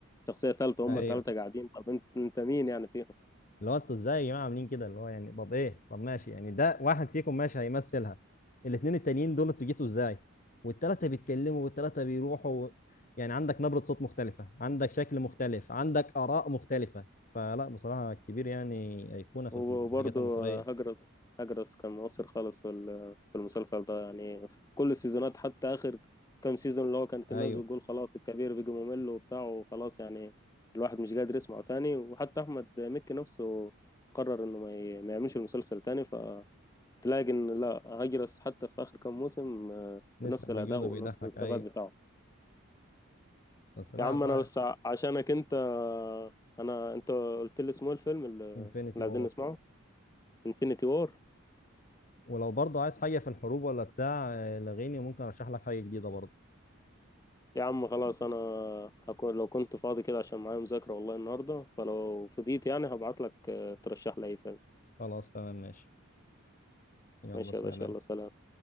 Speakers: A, on the left; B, on the left.
A: شخصية ثالثة هم
B: ايوه
A: ثلاثة قاعدين طب انت انت مين يعني فيهم
B: اللي هو انتوا ازاي يا جماعه عاملين كده اللي هو يعني طب ايه طب ماشي يعني ده واحد فيكم ماشي هيمثلها الاثنين التانيين دول انتوا جيتوا ازاي والثلاثه بيتكلموا والثلاثه بيروحوا و... يعني عندك نبره صوت مختلفه عندك شكل مختلف عندك اراء مختلفه فلا بصراحه كبير يعني ايقونه
A: وبرضه
B: في الحاجات المصريه
A: هجرس هجرس كان مؤثر خالص في ال- في المسلسل ده يعني في كل السيزونات حتى آخر كام سيزون اللي هو كانت الناس
B: ايوه
A: بتقول خلاص الكبير بيجي ممل وبتاع وخلاص يعني الواحد مش قادر يسمعه تاني وحتى أحمد مكي نفسه قرر إنه ما ي- ما يعملش المسلسل تاني فتلاقي إن لا هجرس حتى في آخر كام موسم آه،
B: لسه
A: بنفس
B: موجود
A: الأداء
B: وبيضحك
A: ونفس الثبات
B: ايوه
A: بتاعه
B: بس لا
A: يا عم انا
B: والله
A: بس ع- عشانك انت انا انت قلت لي اسمه إيه الفيلم اللي
B: انفينيتي
A: اللي
B: اوفر
A: عايزين نسمعه انفينيتي وور
B: ولو برضه عايز حاجه في الحروب ولا بتاع آه، لغيني ممكن ارشح لك حاجه جديده برضه
A: يا عم خلاص انا هكون لو كنت فاضي كده عشان معايا مذاكرة والله النهاردة فلو فضيت يعني هبعت لك ترشح لي اي فيلم
B: خلاص تمام ماشي يلا
A: ماشي
B: سلام
A: يا باشا يلا سلام